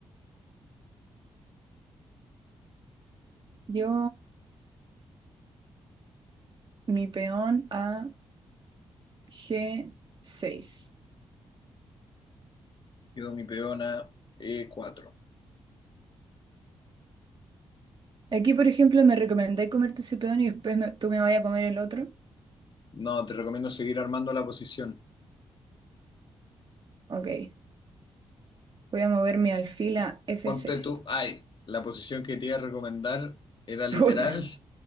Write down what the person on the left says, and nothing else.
Quedó mi peona e cuatro
No, te recomiendo seguir armando la posición.
Ponte tú, ay, la posición que te iba a recomendar era literal